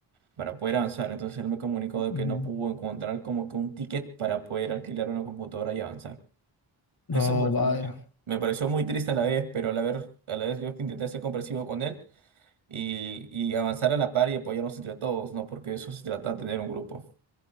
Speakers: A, on the right; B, on the left.
A: para poder avanzar. Entonces él me comunicó de que
B: ujú.
A: no pudo encontrar como que un ticket para poder alquilar una computadora y avanzar.
B: No,
A: Eso, por ejemplo,
B: vaya.
A: me pareció muy triste a la vez, pero a la vez, a la vez yo intenté ser comprensivo con él y, y avanzar a la par y apoyarnos entre todos, ¿no? Porque eso se trata de tener un grupo.